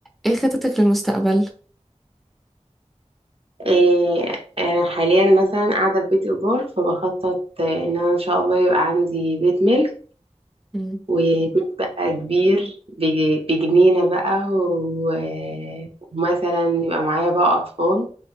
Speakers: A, in the centre; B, on the right.
A: ايه خطتك للمستقبل
B: إيه، أنا حاليا مثلا قاعدة في بيت إيجار فبخطط آه، إن أنا إن شاء الله يبقى عندي بيت ملك
A: مم.
B: وبيت بقى كبير بج- بجنينة بقى و- ومثلا يبقى معايا بقى أطفال